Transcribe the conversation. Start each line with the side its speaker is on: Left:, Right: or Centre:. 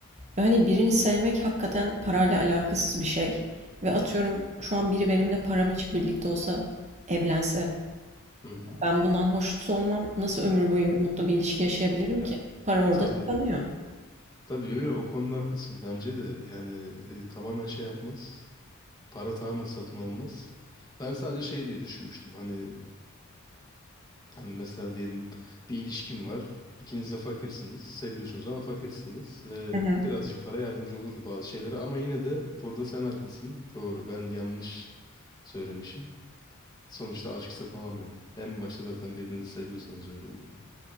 Right: Ve hani birini sevmek hakikaten parayla alakasız bir şey. Ve atıyorum şu an biri benimle param için birlikte olsa, evlense,
Left: Hı hı.
Right: ben bundan hoşnut olmam. Nasıl ömür boyu mutlu bir ilişki yaşayabilirim
Left: Ya
Right: ki? Para orada
Left: tabii
Right: tıkanıyor.
Left: tabii yo, yo, o konuda haklısın. Bence de yani e, tamamen şey yapmaz. Para tamamen satın almaz. Ben sadece şey diye düşünmüştüm. Hani Hani mesela diyelim bir ilişkim var. İkiniz de fakirsiniz. Seviyorsunuz ama fakirsiniz. Ve
Right: Hı hı.
Left: birazcık para yardımcı olurdu bazı şeylere. Ama yine de burada sen haklısın. Doğru ben yanlış söylemişim. Sonuçta aşk satın En başta zaten birbirinizi seviyorsanız öyle oluyor.